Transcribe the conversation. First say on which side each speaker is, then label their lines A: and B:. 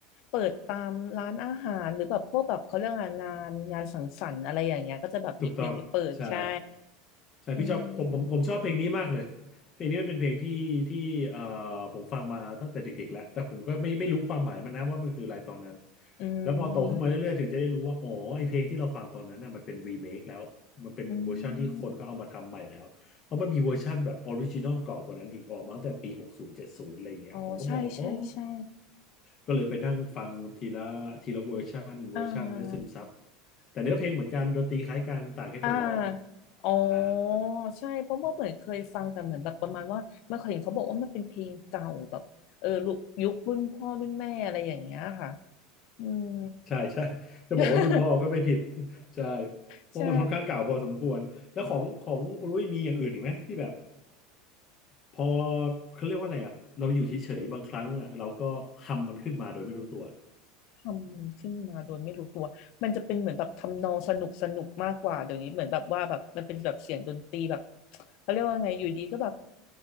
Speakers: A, on the left; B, on the left.
A: เปิดตามร้านอาหารหรือแบบพวกแบบเขาเรื่องงานงานสังสรรค์อะไรอย่างเงี้ยก็จะแบบมีเพลงเปิดใช่
B: ถูกต้องใช่ ใช่พี่ชอบผมผมผมชอบเพลงนี้มากเลยเพลงนี้มันเป็นเพลงที่ที่เอ่อ
A: อืม
B: ผมฟังมาตั้งแต่เด็กๆแล้วแต่ผมก็ไม่ไม่รู้ความหมายมันนะว่ามันคืออะไรตอนนั้น
A: อื
B: แล้วพอโตขึ้นมาเรื่อยๆถึงจะได้รู้ว่าอ๋อไอเพลงที่เราฟังตอนนั้นน่ะมันเป็นรีเมคแล้วมันเป็นเวอร์ชันที่คนเขาเอามาทำใหม่แล้วเพราะมันมีเวอร์ชันแบบออริจินอลเก่ากว่านั้นอีกออกมาตั้งแต่ปีหกศูนย์เจ็ดศูนย์อะไรอย่างเงี้ยผมก็มองว่าอ๋อ
A: มอืม อ๋อใช่ใช่ใช่
B: ก็เลยไปนั่งฟังทีละทีละเวอร์ชันเวอร์ชันให้ซึมซับ
A: อ่า
B: แต่เนื้อเพลงเหมือนกันดนตรีคล้ายกันต่างแค่คนร้อง
A: อ่าอ๋อ
B: อ่า
A: ใช่เพราะว่าเหมือนเคยฟังแต่เหมือนแบบประมาณว่ามันเคยเห็นเขาบอกว่ามันเป็นเพลงเก่าแบบเออลุยุครุ่นพ่อรุ่นแม่อะไรอย่างเงี้ยค่ะอืม
B: ใช่ใช่จะบอกว่ารุ่นพ่อก็ไม่ผิด
A: <laughs>
B: <laughs> ใช่เพราะมันค่อนข้างเก่าพอสมควรแล้วของของคุณลุยมีอย่างอื่นอีกไหมที่แบบ
A: ใช่
B: พอเขาเรียกว่าอะไรอ่ะเราอยู่เฉยๆบางครั้งอ่ะเราก็ฮัมมันขึ้นมาโดยไม่รู้ตัว
A: ทำมันขึ้นมาโดยไม่รู้ตัวมันจะเป็นเหมือนแบบทำนองสนุกสนุกมากกว่าเดี๋ยวนี้เหมือนแบบว่าแบบมันเป็นแบบเสียงดนตรีแบบเขาเรียกว่าไงอยู่ดีก็แบบ